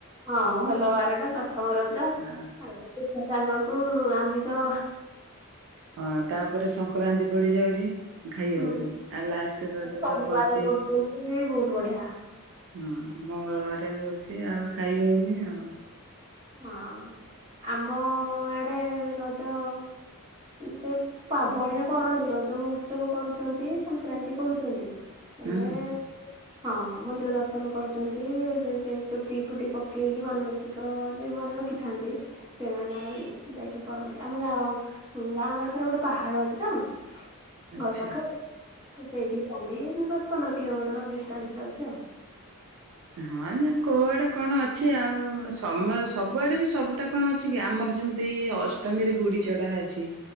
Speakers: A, on the right (about 20°); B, on the right (about 60°).
A: ହଁ ଭଲ ବାର ଟା ପ୍ରଥମ ରଜ
B: ଆ
A: ପିଠା ସାଙ୍ଗ କୁ ଆମିଷ।
B: ହଁ ତାପରେ ସଂକ୍ରାନ୍ତି ପଡିଯାଉଚି। ଖାଇ
A: ହୁଁ।
B: ହବନି ଆଉ ଲାଷ୍ଟେ ରଜ
A: ସୋମବାର
B: ତ ପଡୁଚି
A: କରୁଛନ୍ତି ବହୁତ ବଢିଆ
B: ହଁ ମଙ୍ଗଳବାରେ ହଉଚି ଆଉ ଖାଇ ହଉନି ଆଉ।
A: ହଁ ଆମ ଆଡେ ରଜ ସେ ପା ବଢିଆ କରନ୍ତି ରଜ ମହୋତ୍ସବ କରୁଛନ୍ତି ସଂକ୍ରାନ୍ତି କରୁଚନ୍ତି। ହେଲେ
B: ହଁ <inaudible>
A: ହଁ ମନ୍ଦିର ଦର୍ଶନ କରୁଚନ୍ତି ଯେ ସେ ଚୁଟି ଫୁଟି ପକେଇକି ମାନସିକ ଯେଉଁମାନେ ରଖିଥାନ୍ତି ସେମାନେ ଯାଇକି କରନ୍ତି ଆମ ଗାଁଉ ଗାଁ ପାଖେରେ ଗୋଟେ ପାହାଡ ଅଛି ତ
B: ଆଚ୍ଛା।
A: ନଇ ପାଖ ସେଇଠିକି ଯାଆନ୍ତି ଦଶ ପନ୍ଦର କିଲୋମିଟର ଡିଷ୍ଟାନ୍ସ ରେ ଅଛି ଆଉ।
B: ହଁ ଯେ କୋଉ ଆଡେ କଣ ଅଛି ଆଉ ସମୟ ସବୁଆଡେ ବି ସବୁଟା କଣ ଅଛି କି ଆମର ଯେମିତି ଅଷ୍ଟମୀରେ ହୁଡି ଚଢା ଅଛି